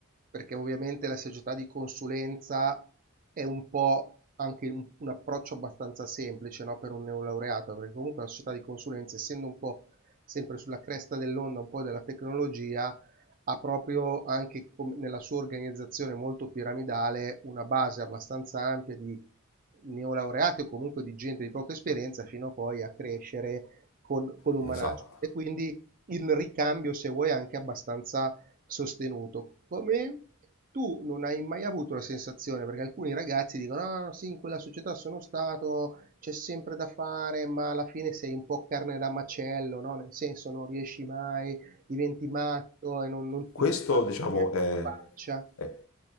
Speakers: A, on the right; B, on the left.
A: perché ovviamente la società di consulenza è un po' anche un, un approccio abbastanza semplice, no, per un neolaureato, perché comunque la società di consulenza, essendo un po' sempre sulla cresta dell'onda, un po' della tecnologia, ha proprio anche com- nella sua organizzazione molto piramidale una base abbastanza ampia di neolaureati o comunque di gente di poca esperienza fino a poi a crescere con, con un
B: esatto.
A: manager. E quindi il ricambio, se vuoi, è anche abbastanza sostenuto. Come tu non hai mai avuto la sensazione, perché alcuni ragazzi dicono: Ah, sì, in quella società sono stato, c'è sempre da fare, ma alla fine sei un po' carne da macello, no? Nel senso, non riesci mai, diventi matto e non, non
B: Questo,
A: ti guarda
B: diciamo,
A: neanche
B: è,
A: in faccia.
B: è-